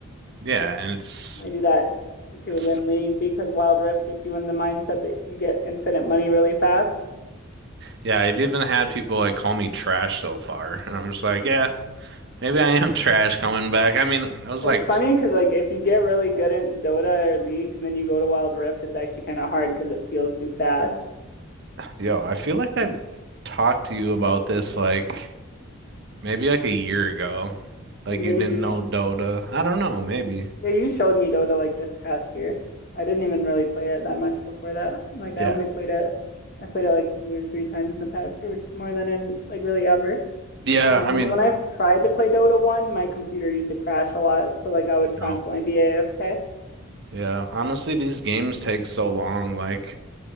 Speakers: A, on the right; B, on the left.
A: yeah, and it's
B: I do that to
A: it's
B: win League because Wild Rift gets you in the mindset that you get infinite money really fast.
A: yeah, I've even had people like call me trash so far, and I'm just like, yeah, maybe I am <laughs> trash coming back. I mean, I was
B: It's
A: like,
B: funny because like if you get really good at Dota or League, and then you go to Wild Rift, it's actually kind of hard because it feels too fast.
A: yo, I feel like I've talked to you about this like maybe like a year ago.
B: Yeah,
A: Like
B: Maybe.
A: you didn't know Dota. I don't know, maybe.
B: Yeah, you showed me Dota like this past year. I didn't even really play it that much before that. Like I
A: Yeah.
B: only played it, I played it like two or three times in the past year, which is more than in like really ever.
A: Yeah,
B: Because when
A: I mean,
B: I've tried to play Dota 1, my computer used to crash a lot, so like I would constantly
A: no.
B: be AFK.
A: Yeah, honestly, these games take so long like